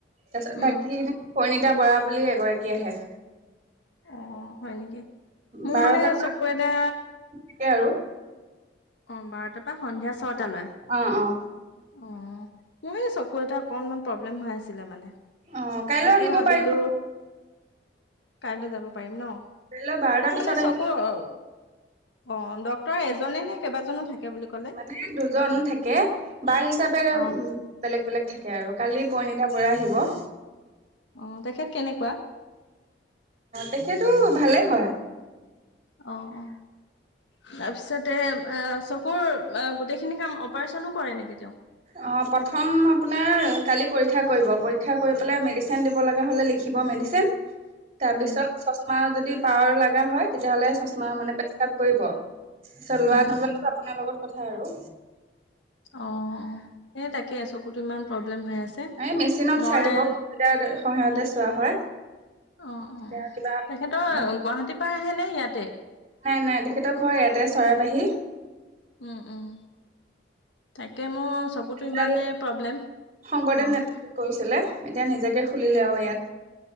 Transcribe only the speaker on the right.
তাৰপিছত
বাকী কিনি কৈ, ৰিতা বৰা বুলি এগৰাকী আহে।
বাৰটা
মানকে আৰু
অ', অ
অ', কাইলৈ
আহিব
পাৰিব।
ধৰি লও বাৰটা
পিছত
আহি
মানে দুজন থাকে বাৰ হিচাপে
বেলেগ বেলেগ থাকে আৰু কালি পৰিণিতা বৰা আহিব। অ,
তেখেতো ভালেই হয়।
অ', প্ৰথম আপুনাৰ কালি পৰীক্ষা কৰিব, পৰীক্ষা কৰি পেলায় মেদি ছিন দিব লগা হলে লিখিব মেডিচেন। তাৰ
পিছত চছমা যদি পাৱাৰ লগা হয় তেতিয়াহ'লে চচমা মানে প্ৰেছক্ৰাইব কৰিব পিছত লোৱা
নোলোৱাটো আপোনাৰ লগত কথা আৰু।
এই মেচিনত
চাই দিব কম্পিউটাৰ সহায়তে চোৱা হয়
তেতিয়া কিবা
হেৰি
নাই নাই তেখেতৰ ঘৰ ইয়াতে চৰাইবাহি।
আৰু
শংকৰদেৱ
নেতাই কৰিছিলে এতিয়া নিজাকে খুলিলে আৰু ইয়াত।